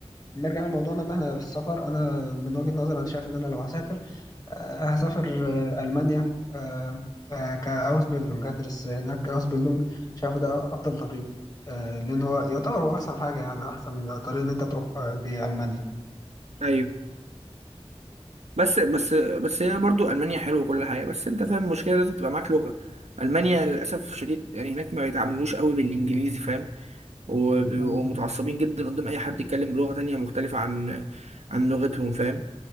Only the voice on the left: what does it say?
نرجع لموضوعنا ان احنا في السفر انا من وجهة نظري انا شايف ان انا لو هسافر آه، هسافر آه، المانيا آه، آه، كاوس بيلدونج هدرس هناك اوس بيلدونج شايفه ده افضل طريق آه، لان هو يعتبر هو احسن حاجه يعني احسن طريق ان انت تروح آه، بيه المانيا
مم.